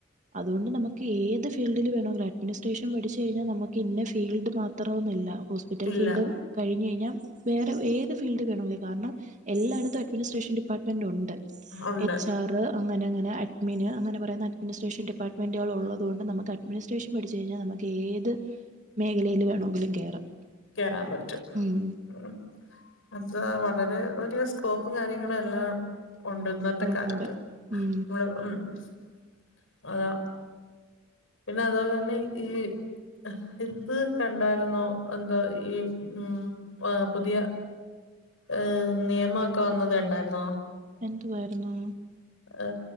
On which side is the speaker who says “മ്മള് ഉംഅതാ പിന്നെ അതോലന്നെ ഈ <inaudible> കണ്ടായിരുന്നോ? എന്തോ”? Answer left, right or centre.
Left